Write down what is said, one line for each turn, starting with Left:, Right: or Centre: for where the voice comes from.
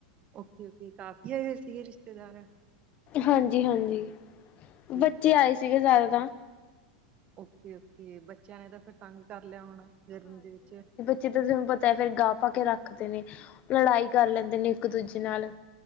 Right: ਓਕੇ-ਓਕੇ ਕਾਫੀ ਹੈਗੇ ਸੀਗੇ ਰਿਸ਼ਤੇਦਾਰਾਂ
Left: ਹਾਂਜੀ-ਹਾਂਜੀ
Right: ਠੀਕ
Left: ਬੱਚੇ ਆਏ ਸੀਗੇ ਜ਼ਿਆਦਾ ਤਾਂ
Right: ਓਕੇ-ਓਕੇ ਬੱਚਿਆਂ ਨੇ ਤਾਂ ਫਿਰ ਤੰਗ ਕਰ ਲਿਆ ਹੋਣਾ ਗਰਮੀ ਦੇ ਵਿੱਚ?
Left: ਜਿੱਦਾਂ ਤੁਹਾਨੂੰ ਪਤਾ ਐ ਫਿਰ ਗਾਹ ਪਾ ਕੇ ਰੱਖਦੇ ਨੇ ਲੜਾਈ ਕਰ ਲੈਂਦੇ ਨੇ ਇੱਕ ਦੂਜੇ ਨਾਲ